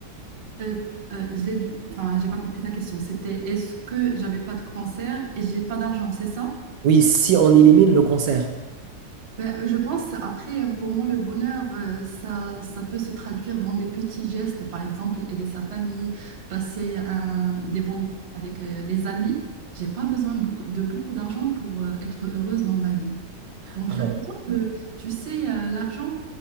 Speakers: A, on the right; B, on the right.
A: euh, euh, j'ai dû- Enfin, j'ai pas compris ta question. C'était est-ce que j'avais pas de cancer et j'ai pas d'argent, c'est ça?
B: Oui, si on élimine le cancer.
A: Ben, je pense, après, pour moi, le bonheur, euh, ça, ça peut se traduire dans des petits gestes, par exemple, aider sa famille, passer un- des bons moments avec euh, les amis. J'ai pas besoin beaucoup- de beaucoup d'argent pour euh, être heureuse dans ma vie. Donc,
B: Alors,
A: j'ai l'impression que, tu sais, euh, l'argent,